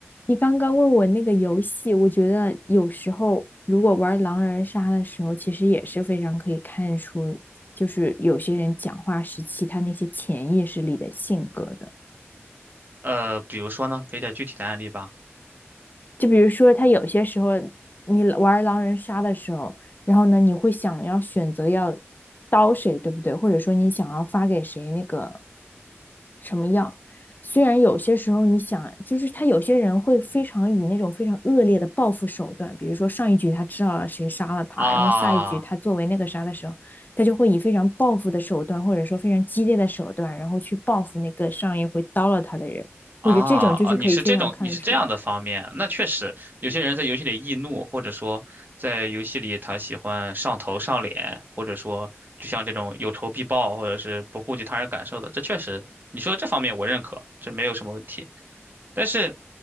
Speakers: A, on the left (about 40°); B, on the right (about 45°).
A: 你刚刚问我那个游戏，我觉得有时候如果玩狼人杀的时候，其实也是非常可以看出，就是有些人讲话时期他那些潜意识里的性格的。
B: 呃，比如说呢，给点具体的案例吧。
A: 就比如说，他有些时候你玩狼人杀的时候，然后呢，你会想要选择要刀谁，对不对？或者说你想要发给谁那个什么样？虽然有些时候你想，就是他有些人会非常以那种非常恶劣的报复手段，比如说上一局他知道了谁杀了他，
B: 啊
A: 然后下一局他作为那个杀的时候，他就会以非常报复的手段，或者说非常激烈的手段，然后去报复那个上一回刀了他的人。
B: 啊啊！
A: 我觉得这种就是可以非常看得出
B: 你是这种，你是这样的方面，那确实，有些人在游戏里易怒，或者说在游戏里他喜欢上头上脸，或者说就像这种有仇必报，或者是不顾及他人感受的，这确实，你说这方面我认可，这没有什么问题。但是